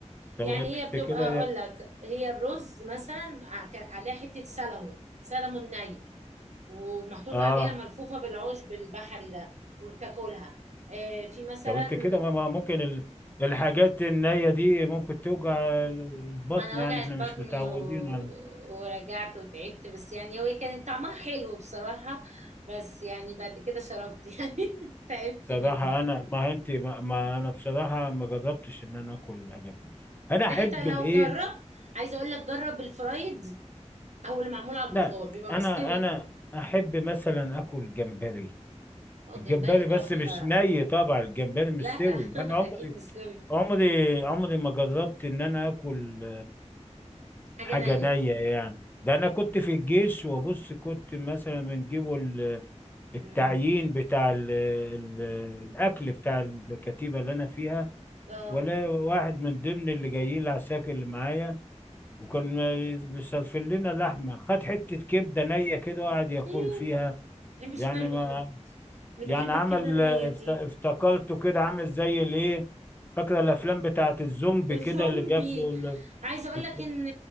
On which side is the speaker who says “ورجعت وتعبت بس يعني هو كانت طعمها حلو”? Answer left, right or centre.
Right